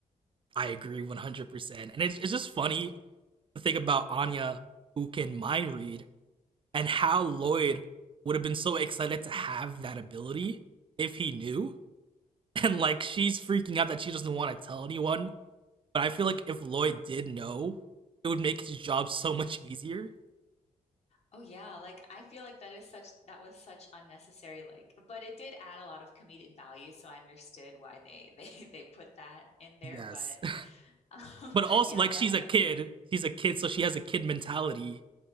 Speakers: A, on the right; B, on the left.
A: I agree 100%. And it's, it's just funny to think about Anya, who can mind read, and how Lloyd would have been so excited to have that ability if he knew. <laughs> And like, she's freaking out that she doesn't want to tell anyone. But I feel like if Lloyd did know, it would make his job so much easier.
B: Oh yeah, like I feel like that is such that was such unnecessary like but it did add a lot of comedic value, so I understood why they <laughs> they they put that in there,
A: Yes.
B: but
A: <laughs>
B: um,
A: But also,
B: <laughs> yeah,
A: like,
B: definitely.
A: she's a kid. She's a kid, so she has a kid mentality